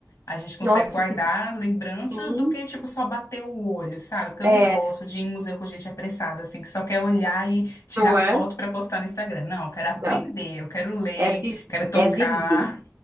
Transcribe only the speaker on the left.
a gente consegue
guardar
lembranças
do que, tipo, só bater o olho, sabe? Porque eu
não gosto de ir em museu com gente apressada, assim, que só quer olhar e tirar
foto pra postar no Instagram. Não, eu quero aprender,
eu quero ler,
quero tocar.